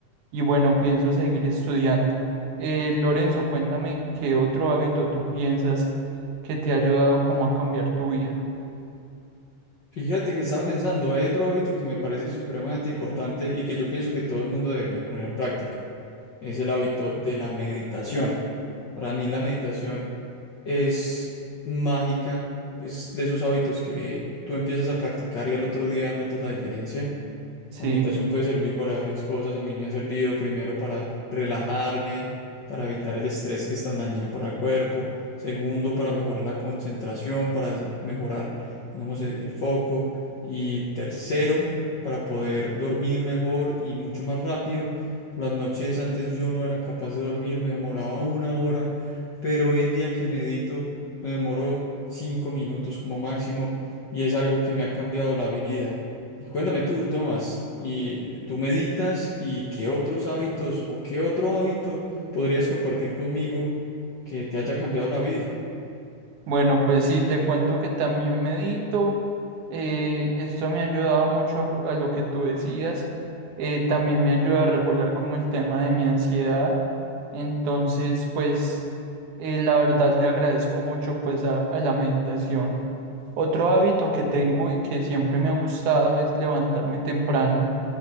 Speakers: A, on the right (about 70°); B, on the left (about 80°).
A: y bueno, pienso seguir estudiando. Eh, Lorenzo, cuéntame qué otro hábito tú piensas que te ha ayudado como a cambiar tu vida.
B: Fíjate que estaba pensando, hay otro hábito que me parece supremamente importante y que yo pienso que todo el mundo debería poner en práctica. es el hábito de la meditación. Para mí la meditación es mágica, es de esos hábitos que tú empiezas a practicar y al otro día notas la diferencia.
A: Sí.
B: La meditación puede servir para varias cosas. A mí me ha servido primero para relajarme, para evitar el estrés que es tan dañino para el cuerpo. Segundo, para mejorar la concentración, para s- mejorar, digamos, e- el foco. Y tercero, para poder dormir mejor y mucho más rápido. Por las noches antes yo no era capaz de dormir, me demoraba una hora, pero hoy en día que medito me demoro cinco minutos como máximo y es algo que me ha cambiado la vida. Y cuéntame tú, Tomás, ¿y eh, tú meditas y qué otros hábitos o qué otro hábito podrías compartir conmigo que te haya cambiado la vida?
A: Bueno, pues sí, te cuento que también medito. eh, esto me ha ayudado mucho a, a lo que tú decías. eh, también me ayuda a regular como el tema de mi ansiedad. Entonces, pues eh, la verdad le agradezco mucho pues a, a la meditación. Otro hábito que tengo y que siempre me ha gustado es levantarme temprano,